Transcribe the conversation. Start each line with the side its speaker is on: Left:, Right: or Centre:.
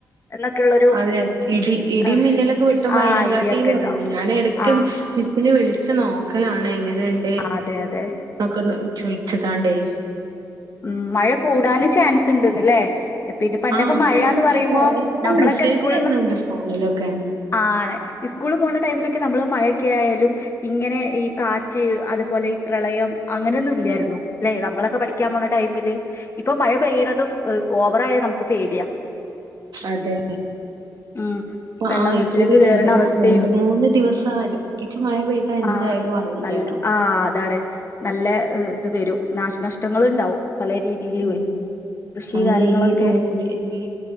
Left: എന്നൊക്കെയുള്ളൊരു
Right: അതെ ഇടി ഇടി
Left: ഏഹ്,
Right: മിന്നലൊക്കെ വിട്ടുമ്പോ
Left: ആ
Right: അയിനേംകാ
Left: ഐഡിയ
Right: ട്ടിലാണ്
Left: ഒക്കെ ഉണ്ടാവും
Right: ഞാൻ എടക്ക്
Left: ആഹ്
Right: മിസ് ഇനി വിളിച്ച് നോക്കലാണ് എങ്ങ രണ്ട്
Left: അതെ അതെ
Right: നോക്ക് ഒന്ന് ചോയിച്ചതാണ്ടേ.
Left: ഉം മഴ കൂടാനും ചാൻസ് ഇണ്ട് ഇന്ന് ല്ലേ പിന്നെ പണ്ടൊക്കെ
Right: ആ
Left: മഴയാന്ന്
Right: മഴ
Left: പറയുമ്പോ
Right: ഇങ്ങനെ
Left: നമ്മളൊക്കെ
Right: മെസ്സേജ്
Left: സ്കൂളന്ന്
Right: വരുന്നുണ്ട് ഫോണിലൊക്കെ
Left: ആണ് ഇസ്കൂളിൽ പോണ ടൈമില നമ്മൾ മഴയൊക്കെ ആയാലും ഇങ്ങനെ ഈ കാ റ്റ് അതുപോലെ ഈ പ്രളയം അങ്ങനെയൊന്നും ഇല്ലായിരുന്നു അല്ലേ നമ്മളൊക്കെ പഠിക്ക പഠിക്കാൻ പോണ ടൈമില് ഇപ്പൊ മഴ പെയ്യുന്നതും <unintelligible> <unintelligible> നമുക്ക് പേടിയ
Right: അതെ
Left: ഉം
Right: ഇപ്പൊ
Left: വെള്ളം
Right: ആ ഇപ്പൊ
Left: വീട്ടിലേക്ക്
Right: ഒരു
Left: കയറുന്ന
Right: രണ്ട് മൂ
Left: അവസ്ഥയും
Right: രണ്ട് മൂന്ന് ദിവസം അടുപ്പിച്ച് മഴ പെയ്താ എന്തായാലും
Left: ആഹ്
Right: വെള്ളം കയറും
Left: ആഹ് അതാണ് നല്ല ഇത് വരൂ നാശനഷ് <unintelligible> ഉണ്ടാവും പല രീതിയിലുവേ
Right: ഉം
Left: കൃഷി
Right: അത്
Left: കാര്യങ്ങളൊക്കെ
Right: ഈ തോട് ഈ